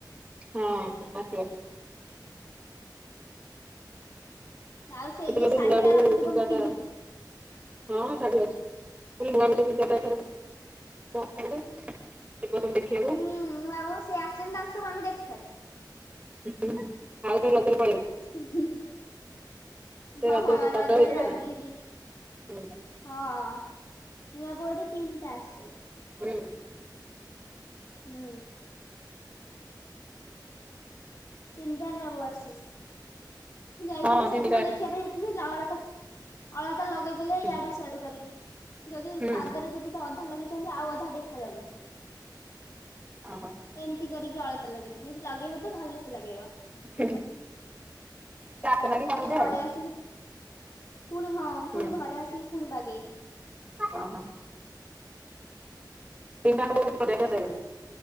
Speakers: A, on the right (about 15°); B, on the left (about 45°).
A: ହଁ ଆସିବ।
B: ଆଉ ସେଇ
A: ଏଥର
B: ଯେ
A: ରଜରେ
B: ଶାଢୀ
A: ନୂଆ
B: ଟା
A: ବୋଉ
B: ରଖିଥିବ
A: ଚିନ୍ତାଟା
B: ମୁଁ ପିନ୍ଧିବି
A: ହଁ ଶାଢ଼ୀ ଅଛି ଖାଲି ନୂଆବୋଉ ଚିନ୍ତାଟା ଏଥର <unintelligible> ଯିବ ସବୁ ଦେଖିବାକୁ।
B: ହୁଁ ନୂଆ ବୋଉ ସିଏ ଆସିଛନ୍ତି ତାଙ୍କୁ ସବୁ ଆମେ ଦେଖି ସାରିଛୁ।
A: ହଁ ହୁଁ ଆଉ ଥରେ ଲଗେଇଲେ ପଳେଇବ।
B: ହୁ ହୁ
A: ସେ
B: ହଁ ହଁ
A: ସବୁ
B: ରଜରେ
A: ସଜ ହେଇଥିବେ
B: ଆଉ
A: ନା
B: ଟିକେ ଯି
A: ହୁଁ
B: ହଁ ନୂଆ ବୋଉ ଏଠି ତିନିଟା ଆସିଛନ୍ତି।
A: ହୁଁ।
B: ହୁଁ। ତିନିଟା ନୂଆ ଆସିଚନ୍ତି। ଯାଇଥିଲୁ
A: ହଁ ତିନିଟା
B: ସେଦିନ
A: ଯାକ
B: ଦେଖିବା ପାଇଁ ଯାଇଥିଲୁ ନ ହେଲେତ ଅଳତା ଲଗେଇଦେଲେ
A: ହୁଁ
B: ଇଆଡ଼ୁ ସିଆଡ଼ୁ କରିକି ଯଦି
A: ହୁଁ
B: ପାଦରେ ଯଦି ଅଧା ଲଗେ ଚନ୍ତି ଆଉ ଅଧା ଦେଖାଯାଉନି।
A: ଓହୋ
B: ଏମିତି କରିକି ଅଳତା ଲଗେଇଦେଇଚି ଯେଦି ଲଗେଇବତ ଭଲସେ ଲଗେଇବ।
A: ହୁ ହୁ <unintelligible>
B: ତାକୁ ଘରେ ଆସିକି ପୁଣି ହଁ ପୁଣି
A: ହୁଁ
B: ଘରେ ଆସିକି ପୁଣି ବାଗେଇଲି।
A: ଓହୋ। ତିନିଟାଙ୍କ ବୋଉ <unintelligible>